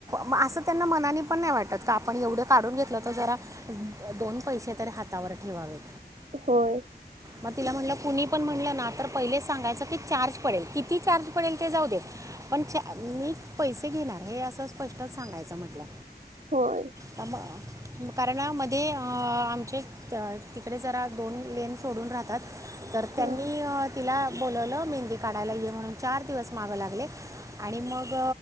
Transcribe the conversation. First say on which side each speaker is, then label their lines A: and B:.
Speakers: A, on the right; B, on the right.
A: म असं त्यांना मनानी पण नाही वाटत. त आपण एवढे काढून घेतलं तर जरा दोन पैसे तरी हातावर ठेवावेत.
B: होय.
A: मग तिला म्हटलं कुणी पण म्हटलं ना तर पहिलेच सांगायचं की चार्ज पडेल किती चार्ज पडेल ते जाऊ दे. पण ते मी पैसे घेणार हे असं स्पष्ट सांगायचं म्हटलं.
B: होय
A: कमग. कारणामध्ये आमचे तिकडे जरा दोन लेन सोडून राहतात. तर त्यांनी
B: हा
A: अ तिला बोलवलं मेहंदी काढायला ये म्हणून चार दिवस मागं लागले आणि मग